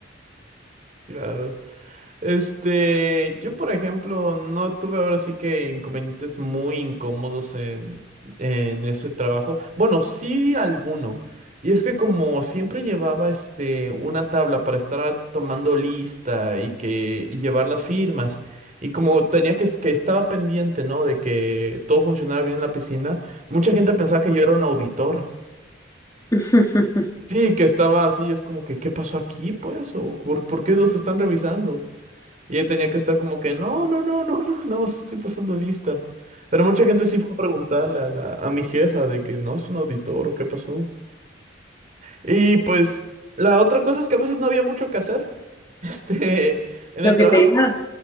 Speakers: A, on the right (about 40°); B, on the left (about 15°).
A: Claro. Este, yo por ejemplo, no tuve ahora sí que inconvenientes muy incómodos en, en ese trabajo. Bueno, sí alguno. Y es que como siempre llevaba este una tabla para estar tomando lista y que y llevar las firmas. Y como tenía que, que estaba pendiente, ¿no? De que todo funcionara bien en la piscina, mucha gente pensaba que yo era un auditor.
B: <laughs>
A: Sí, que estaba así, es como que, ¿qué pasó aquí, pues? ¿O por, por qué los están revisando? Y él tenía que estar como que, no, no, no, no, <laughs> no, nada más estoy pasando lista. Pero mucha gente sí fue a preguntarle a la, a mi jefa de que no es un auditor o qué pasó. Y pues la otra cosa es que a veces no había mucho que hacer, <laughs> este, en
B: Lo
A: el
B: que
A: trabajo.
B: te iba,